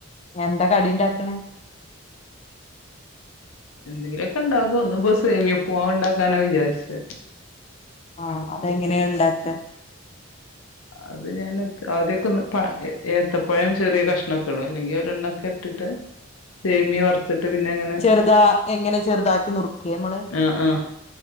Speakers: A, on the left; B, on the left.
A: എന്താ കടി ഇണ്ടാക്ക്ണ്
B: എന്തെങ്കിലും ഒക്കെ ഇണ്ടാക്കും ഇന്ന്പ്പൊ സേമിയ ഉക്കുമാവ് ഇണ്ടാക്കാനാ വിജാരിച്ച്
A: ആഹ് അതെങ്ങെനെ ഇണ്ടാക്കാ
B: അത് ഞാനൊക്ക ആദ്യൊക്കെ ഒന്ന് പ്പണിട്ത്ത് ഏത്തപ്പഴം ചെറിയ കഷ്ണൊക്കെ ഇടും എല്ലെങ്കി ഒരെണ്ണൊക്കെ ഇട്ടിട്ട്
A: <inaudible>
B: സേമിയേ വർത്തിട്ട് പിന്നെ അങ്ങനെ
A: ചെറുതാ എങ്ങനെ ചെറുതാക്കി നുറുക്കേ നമ്മള്
B: ആഹ് ആഹ്